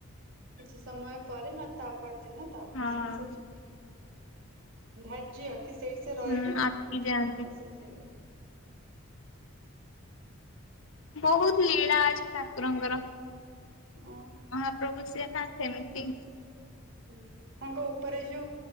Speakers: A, on the right; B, on the left.
A: କିଛି ସମୟ ପରେ ନହେଲେ ତାପର ଦିନ ତାପ
B: ହଁ।
A: ସବୁ ସେ ଯିବେ। ଧାର୍ଯ୍ୟ କି ସେଇ ସେ ରହିବେ
B: ହୁଁ
A: ତାପରେ
B: ଅଟକି ଯାଆନ୍ତି।
A: ସେଇ ଯିବ।
B: ବହୁତ ଲୀଳା ଅଛି ଠାକୁରଙ୍କର।
A: ହଁ
B: ମହାପ୍ରଭୁ ସିଏ ନା ସେମିତି।
A: ହଁ ତାଙ୍କ ଉପରେ ଯୋଉ